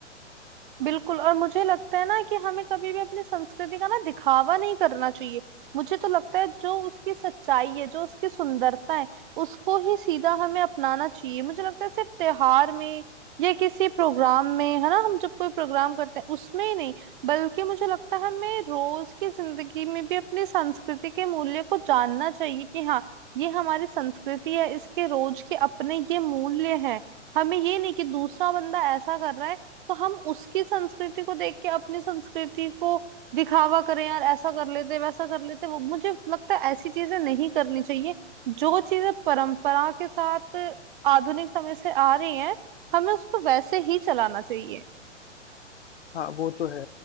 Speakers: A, on the right (about 45°); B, on the left (about 60°).
A: बिल्कुल और मुझे लगता है ना कि हमें कभी भी अपनी संस्कृति का ना दिखावा नहीं करना चाहिए मुझे तो लगता है जो उसकी सच्चाई है जो उसकी सुंदरता है उसको ही सीधा हमें अपनाना चाहिए मुझे लगता है सिर्फ त्योहार में या किसी प्रोग्राम में है ना हम जब कोई प्रोग्राम करते हैं उसमें ही नहीं बल्कि मुझे लगता है हमें रोज की जिंदगी में भी अपनी संस्कृति के मूल्य को जानना चाहिए कि हाँ ये हमारी संस्कृति है इसके रोज के अपने ये मूल्य हैं हमें ये नहीं कि दूसरा बंदा ऐसा कर रहा है तो हम उसकी संस्कृति को देख के अपनी संस्कृति को दिखावा करें यार ऐसा कर लेते वैसा कर लेते वो मुझे लगता है ऐसी चीजें नहीं करनी चाहिए जो चीजें परंपरा के साथ आधुनिक समय से आ रही हैं हमें उसको वैसे ही चलाना चाहिए
B: हाँ वो तो है